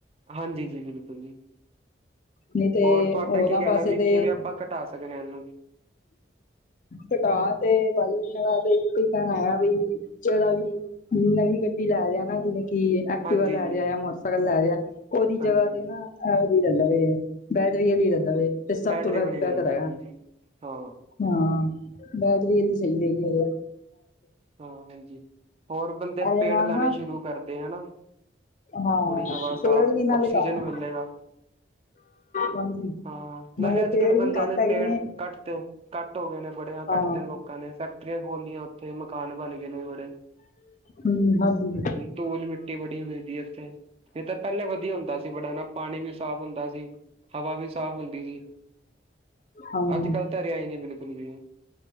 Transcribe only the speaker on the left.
ਨਹੀਂ ਤਾਂ
ਹੋਰਾਂ
ਪਾਸੇ
ਤਾਂ
ਕਟਾ ਤੇ, ਵਈ ਮੇਰਾ ਇੱਕ ਹੀ ਕਹਿਣਾ ਆ ਬਈ ਜਿਹੜਾ ਵੀ ਨਵੀਂ ਗੱਡੀ ਲੈ ਦਿਆ ਨਾ ਜਿਵੇਂ ਕਿ ਐਕਟੀਵਾ
ਲੈ
ਦਯਾ ਜਾਂ ਮੋਟਰਸਾਈਕਲ ਲੈ ਦਯਾ ਉਹਦੀ
ਜਗ੍ਹਾ
ਤੇ ਨਾ ਏਹੋ ਜੀ ਲੇ ਲਵੈ, ਬੈਟਰੀ ਆਲੀ ਲੇ ਲਵੇ। ਤੇ ਸਭ
ਤੋਂ ਬਿਹਤਰ
ਹੈਗਾ।
ਹਾਂ। ਬੈਟਰੀ ਆਲੀ ਸਹੀ ਹੈਗੀ ਉਹਦੇ
ਇਹਦੇ
ਨਾਲ
ਨਾ
ਹਾਂ
ਪੇੜ ਵੀ ਨਾਲੇ
ਘੱਟ
ਹਾਂਜੀ।
ਪੇੜ
ਵੀ ਘੱਟ
ਹੈਗੇ
ਹਾਂ
ਹੂੰ ਹਾਂਜੀ।
ਹਾਂਜੀ